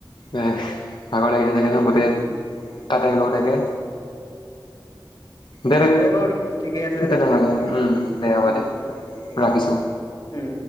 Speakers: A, on the left; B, on the left.
A: এ ভাগৰ লাগিয়ে থাকে ন গোটেই তাতে
B: উম
A: ল তাকে দে দে
B: বাৰু ঠিকে আছে
A: তেলে হলে উ দে হ'ব
B: উম
A: দে
B: ঠিক
A: ৰাখিছো
B: উম।